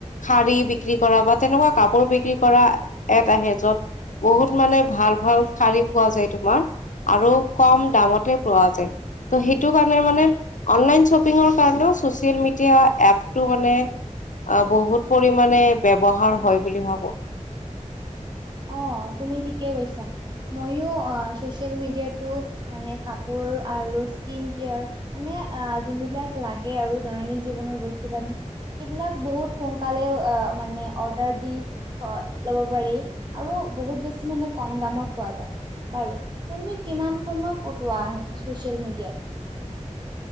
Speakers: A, on the left; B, on the right.
A: শাৰী বিক্ৰী কৰা বা তেনেকুৱা কাপোৰ বিক্ৰী কৰা এট আহে য'ত বহুত মানে ভাল - ভাল শাৰী পোৱা যায় তোমাৰ আৰু কম দামতে পোৱা যায়। ত সেইটো কাৰণে মানে অনলাইন শ্বপিঙৰ কাৰণেও চচিয়েল মিডিয়া এপটো মানে অ বহুত পৰিমাণে ব্যৱহাৰ হয় বুলি ভাবো।
B: অ তুমি ঠিকে কৈছা, মইও আ চচিয়েল মিডিয়াটো মানে কাপোৰ আৰু স্কিন কেয়াৰ মানে আ যোনবিলাক লাগে আৰু দৈনন্দিন জীৱনৰ বস্তু পানী সেইবিলাক বহুত সোনকালে আ মানে অৰ্ডাৰ দি হ ল'ব পাৰি। আৰু বহুত বেছি মানে কম দামত পোৱা যায়। বাৰু, তুমি কিমান সময় কটোৱা চচিয়েল মিডিয়াত?